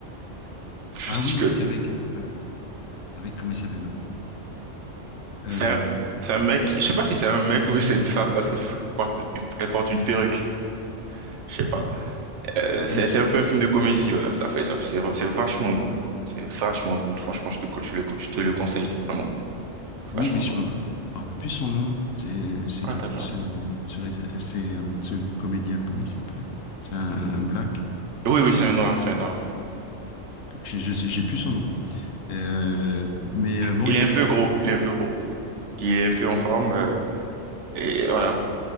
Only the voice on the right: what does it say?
<laughs>
C'est
un, c'est un mec,
je sais pas si c'est un mec ou c'est une femme parce qu'elle porte, elle porte une perruque, je sais pas. Euh, c'est
c'est un peu un film de comédie, bah. Ça fait, ça, c'est c'est vachement drôle. C'est vachement drôle. Franchement, je te, co- je le, co- je te le conseille, vraiment.
Vachement
drôle.
Ah, t'as
déjà-
Oui,
oui,
c'est un noir, c'est un noir.
Il
est un
peu gros, il est un peu gros. Il est un peu en forme, euh, et voilà.